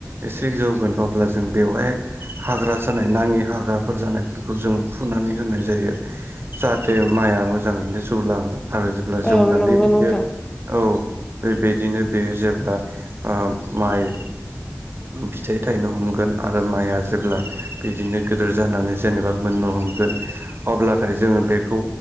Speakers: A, on the right (about 50°); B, on the left (about 15°).
A: एसे जौगोन अब्ला जों बेवहाय हाग्रा जा जानाय नाङि हाग्राफोर जानायफोरखौ जों फुनानै होनाय जायो जाहाथे माइआ मोजाङैनो जौ लाङो। आरो जेब्ला
B: औ
A: जौनानै
B: नंगौ
A: बियो
B: नोंथां
A: औ। बेबायदिनो बेयो जेब्ला ओ माइ फिथाइ थायनो हमगोन आरो माइआ जेब्ला बिदिनो गिदिर जानानै जेनेबा मोन हमगोन अब्लाथाय जोङो बेखौ